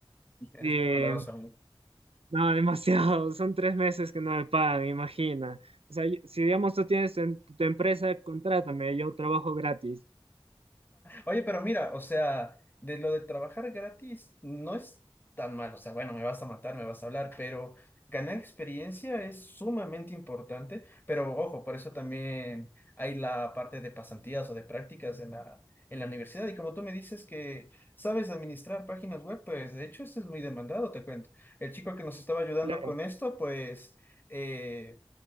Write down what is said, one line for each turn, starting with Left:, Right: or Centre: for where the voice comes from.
Left: eres
Right: eh,
Left: muy bondadoso, amigo.
Right: no, demasiado. <laughs> Son tres meses que no me pagan, imagina. O sea, y- si digamos tú tienes en tu empresa, contrátame, yo trabajo gratis.
Left: Oye, pero mira, o sea, de lo de trabajar gratis no es tan mal, o sea, bueno, me vas a matar, me vas a hablar, pero ganar experiencia es sumamente importante, pero ojo, por eso también hay la parte de pasantías o de prácticas en la, en la universidad y como tú me dices que sabes administrar páginas web, pues de hecho esto es muy demandado, te cuento. El chico que nos estaba ayudando
Right: Claro,
Left: con esto, pues... eh,